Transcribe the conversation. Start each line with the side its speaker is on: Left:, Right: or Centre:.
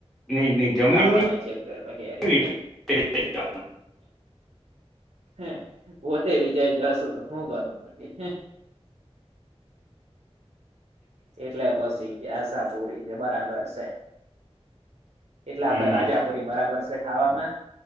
Centre: નહીં નહીં જમીન
Right: ખાવાના
Centre: નહીં
Right: છે ચક્કરમાં કેયારે.
Centre: વેચી વેચાઈ જવાનું.
Right: હ પોતે જ જશું તો શું કરું પછ એટલે પછી કે આશાપુરી છે બરાબર છે. એટલે આપણેે
Centre: હમ
Right: રાજાપુરી બરાબર છે ખાવામાં